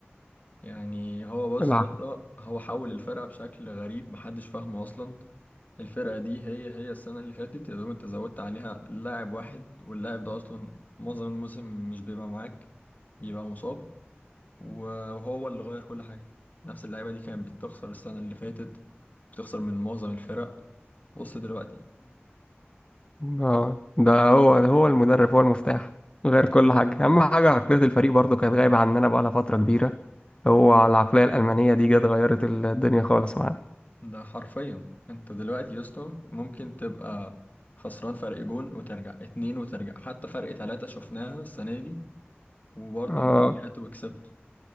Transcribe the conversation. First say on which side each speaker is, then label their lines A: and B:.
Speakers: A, on the left; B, on the left.
A: يعني هو بص
B: العقد
A: يا اسطى هو حول الفرقة بشكل غريب محدش فاهمه أصلا الفرقة دي هي هي السنة اللي فاتت يا دوب أنت زودت عليها لاعب واحد واللاعب ده أصلا معظم الموسم مش بيبقى معاك بيبقى مصاب وهو اللي غير كل حاجة نفس اللعيبة دي كانت بتخسر السنة اللي فاتت بتخسر من معظم الفرق بص دلوقتي
B: اه ده هو ده هو المدرب هو المفتاح غير كل حاجة أهم حاجة عقلية الفريق برضو كانت غايبة عننا بقالها فترة كبيرة هو العقلية الألمانية دي جت غيرت الدنيا خالص معانا
A: ده حرفيا أنت دلوقتي يا اسطى ممكن تبقى خسران فرق جون وترجع اتنين وترجع حتى فرق تلاتة شفناها السنة دي وبرضه
B: اه
A: انت رجعت وكسبت